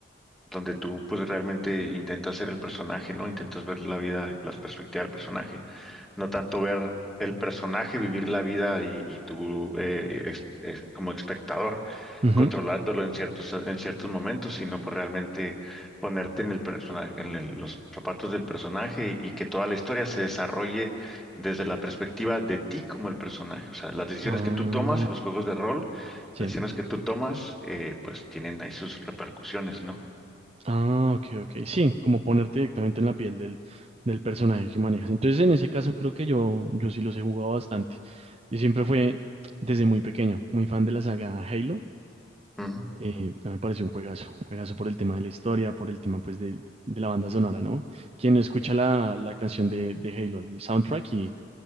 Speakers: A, in the centre; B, on the right.
A: donde tú pues realmente intentas ser el personaje, ¿no? Intentas ver la vida, las perspectivas del personaje. no tanto ver el personaje, vivir la vida y, y tú eh, ex- es- como espectador
B: Ujú.
A: controlándolo en ciertos, en ciertos momentos, sino por realmente ponerte en el personaje, en el- los zapatos del personaje y que toda la historia se desarrolle desde la perspectiva de ti como el personaje. O sea, las decisiones
B: Ah,
A: que tú tomas en los juegos de rol,
B: sí.
A: las decisiones que tú tomas, eh, pues tienen ahí sus repercusiones, ¿no?
B: Ah, ok, ok. Sí, como ponerte directamente en la piel del, del personaje que manejas. Entonces, en ese caso, creo que yo, yo sí los he jugado bastante. Yo siempre fue, desde muy pequeño, muy fan de la saga Halo.
A: Ujú.
B: Eh, a mí me pareció un juegazo, un juegazo por el tema de la historia, por el tema pues de, de la banda sonora, ¿no? Quien no escucha la, la canción de, de Halo, el soundtrack y,